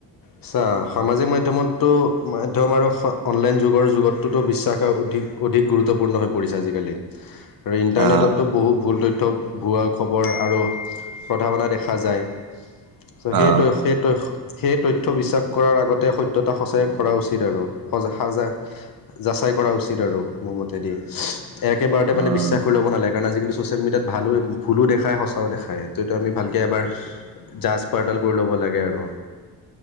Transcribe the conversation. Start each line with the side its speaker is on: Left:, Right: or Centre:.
Left: আচ্ছা সামাজিক মাধ্যমতো মাধ্যম আৰু অনলাইন যুগৰ যুগতোতো বিশ্বাস অ। অধিক গুৰুত্বপূৰ্ণ হৈ পৰিছে আজিকালি আৰু ইণ্টাৰনেটতো
Right: আহ
Left: বহু ভুল ত। থ্য ভুৱা খবৰ টিং আৰু প্ৰধাৱনা দেখা যায়। চৌ' সেইটোৱে
Right: আহ
Left: সেইটোৱে সেইটোৱে। তথ্য বিশ্বাস কৰাৰ আগতে সত্যতা সঁচাই কৰা উচিত আৰু সজ সজাই যাচাই কৰা উচিত। আৰু মোৰ মতে দি এক এবাৰতে
Right: উম
Left: মানে বিশ্বাস কৰি ল'ব নালাগে কাৰণ আজিকালি। ছ'চিয়েল মিডিয়াত ভালো ভুলো দেখায় সঁচাও দেখায় ততটো আমি ভালকে এবাৰ। জাজ পাৰডাল কৰি ল'ব লাগে আৰু।